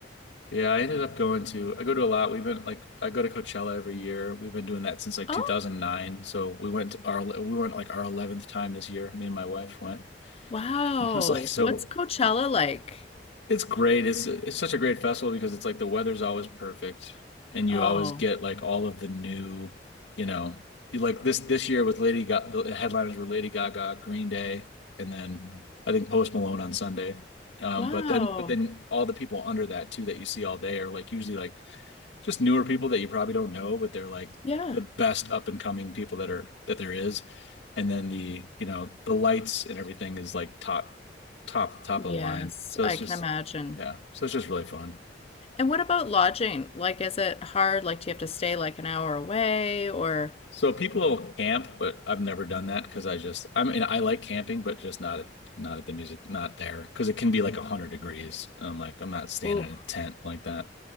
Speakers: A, on the left; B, on the left.
A: Yeah, I ended up going to I go to a lot. We've been like I go to Coachella every year. We've been doing that since like
B: Oh,
A: 2009. So we went to our we went like our 11th time this year. Me and my wife went.
B: wow.
A: <laughs> I was like so
B: What's Coachella like?
A: It's great. It's it's such a great festival because it's like the weather's always perfect and you
B: Oh,
A: always get like all of the new, you know, you like this this year with Lady Gaga, the headliners were Lady Gaga, Green Day, and then I think Post Malone on Sunday. Um,
B: wow.
A: but then but then all the people under that too that you see all day are like usually like just newer people that you probably don't know, but they're like
B: Yeah.
A: the best up and coming people that are that there is. And then the, you know, the lights and everything is like top top top of
B: Yes,
A: the line. So it's
B: I can
A: just
B: imagine.
A: yeah. So it's just really fun.
B: And what about lodging? Like, is it hard? Like, do you have to stay like an hour away or,
A: So people camp, but I've never done that because I just, I mean, I like camping, but just not at, not at the music, not there because it can be like 100 degrees. I'm like, I'm not staying
B: ooh,
A: in a tent like that.